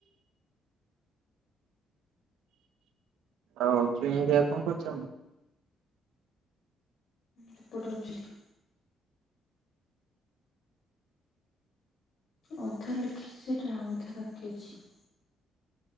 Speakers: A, on the right (about 80°); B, on the left (about 70°).
A: ଆଉ ଚୁଇଁ ହରିକା କଣ କରୁଛନ୍ତି?
B: ସେପଟେ ଅଛନ୍ତି। ଅଧା ଲେଖିଛି ସେଇଟା ଆଉ ଅଧା ବାକି ଅଛି।